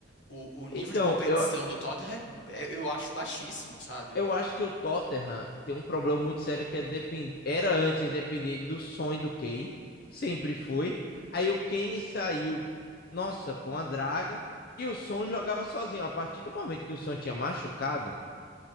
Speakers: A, on the left (about 70°); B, on the left (about 50°).
A: o, o nível
B: Então,
A: de competição
B: eu,
A: do Tottenham é, é- eu acho baixíssimo, sabe?
B: Eu acho que o Tottenham tem um problema muito sério que é depend... era antes depender do sonho do Kane, sempre foi. Aí o Kane saiu, nossa, foi uma draga, e o Son jogava sozinho. A partir do momento que o Son tinha machucado,